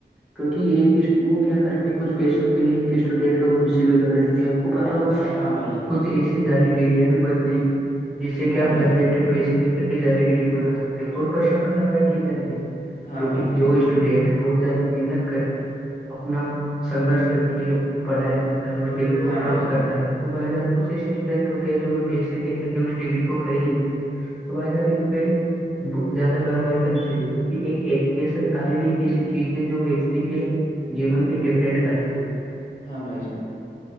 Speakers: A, in the centre; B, on the left.
A: کیوںکہ ایک وہ کیا کرتے ہیں کچھ پیسوں کے لیے ایک اسٹوڈینٹ کا بوشیہ بگاڑ دیتے ہیں آپ کو پتا ہوگا
B: ہاں بائی جان
A: کچھ ایسی جعالی ڈگریاں بھی بنتی ہے جس سے کہپ
B: ہاں بھائی
A: گھر
B: جان
A: بیٹھے پیسے دے کر کے جلدی ڈگری بنا سکتے ہو تو ان پر سخت کاروائی کی جانی چاہیے
B: ہاں
A: کیونکہ
B: بھائی جان
A: جو اسٹوڈینٹ بہت زیادہ محنت کر کے اپنا سنگرش کر کے پڑھائی کرتا ہے ڈگری کو
B: ہاں
A: پراپت
B: بھائی جان
A: کرتا ہے تو بھائی جان کچھ اسسٹینٹ ہوتے ہیں جو کہ پیسے دیکتے کر کے اس ڈگری کو خرید لیتے تو بھائی جان پہ زیادہ کاروائی کرنی چاہیے کیونکہ ایک ایجوکیشن تعلیم ایک ایسی چیز ہے جو ویکتی کے جیون کے ڈیفرینڈ کرتی ہے
B: ہاں بھائی جان